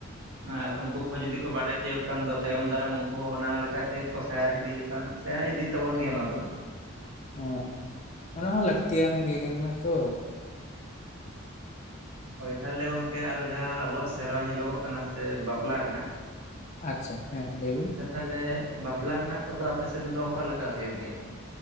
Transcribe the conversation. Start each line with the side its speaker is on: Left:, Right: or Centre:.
Right: ᱟᱨ ᱩᱱᱠᱩ ᱠᱚᱦᱚ ᱡᱩᱫᱤ ᱠᱚ ᱵᱟᱰᱟᱭ ᱛᱤᱭᱳᱜ ᱠᱷᱟᱱ ᱫᱚ ᱛᱟᱭᱚᱢ ᱫᱟᱨᱟᱢ ᱩᱱᱠᱩ ᱦᱚ ᱚᱱᱟ ᱞᱮᱠᱟ ᱛᱮᱠᱚ ᱥᱮᱬᱟ ᱤᱫᱤ ᱞᱮᱠᱷᱟᱱ ᱥᱮᱬᱟ ᱤᱫᱤ ᱛᱟᱵᱚᱱ ᱜᱮᱭᱟ ᱚᱱᱟ ᱫᱚ᱾
Left: ᱚ ᱚᱱᱟ ᱦᱚᱸ ᱞᱟᱹᱠᱛᱤᱭᱟᱱ ᱜᱮ ᱠᱟᱱᱟ ᱛᱚ᱾
Right: ᱦᱳᱭ ᱛᱟᱦᱞᱮ ᱜᱚᱝᱠᱮ ᱟᱨᱚ ᱡᱟᱦᱟᱸ ᱟᱵᱚᱣᱟᱜ ᱥᱮᱨᱣᱟ ᱧᱮᱞᱚᱜᱚᱜ ᱠᱟᱱᱟ ᱥᱮ ᱵᱟᱯᱞᱟ ᱨᱮᱱᱟᱜ
Left: ᱟᱪᱪᱷᱟ ᱦᱮᱸ ᱞᱟᱹᱭᱵᱤᱱ᱾
Right: ᱛᱟᱦᱞᱮ ᱵᱟᱯᱞᱟ ᱨᱮᱱᱟᱜ ᱠᱚᱫᱚ ᱟᱯᱮᱥᱮᱱ ᱫᱚ ᱚᱠᱟ ᱞᱮᱠᱟ ᱦᱩᱭᱩᱜ ᱜᱮᱭᱟ?